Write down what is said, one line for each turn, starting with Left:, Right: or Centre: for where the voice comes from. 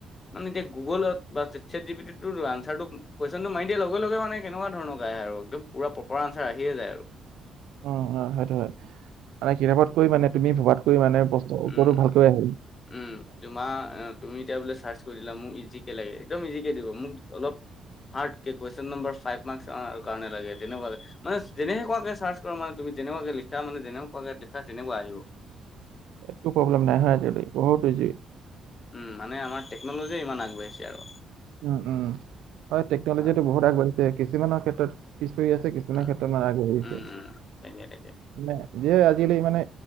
Left: মানে এতিয়া গুগলত বা ছেট ছেট জি পি টিততো আনচাৰটো কুৱেচনটো মাৰি দিয়াৰ লগে লগে মানে কেনেকোৱা ধৰণৰকে আহে আৰু একদম পোৰা প্ৰপাৰ আনচাৰ আহিয়ে যায় আৰু।
Right: অ হয় সেইটো হয় মানে কিতাপত কৈ মানে তুমি ভবাতকৈ মানে প্ৰশ্ন
Left: উম,
Right: উত্তৰটো ভালকৈ আহে।
Left: উম তোমাৰ উ তুমি এতিয়া বোলে চাৰ্চ কৰি দিলা মোক ইজিকে লাগে, একদম ইজিকে দিব মোক অলপ হাৰ্টকে কুৱেশন নম্বৰ ফাইভ মাৰ্ক্স কাৰণে লাগে তেনেকোৱাকে মানে যেনেকোৱাকে চাৰ্চ কৰা মানে তুমি তেনেকোৱাকে লিখা মানে যেনেকোৱাকে লিখা তেনেকোৱা আহিব।
Right: একো প্ৰব্লেম নাই হয় আজিকালি বহুত বিজি।
Left: উম মানে আমাৰ টেকন'লজিয়ে ইমান আগবাঢ়িছে আৰু।
Right: উম উম হয় টেকনলজিটো
Left: উম,
Right: বহুত আগবাঢ়িছে কিছুমানৰ ক্ষেত্ৰত পিছ পৰি আছে কিছুমান
Left: উম,
Right: ক্ষেত্ৰত মানে আগবাঢ়িছে,
Left: উম, উম, তাকে তাকে।
Right: নে যে আজিকালি মানে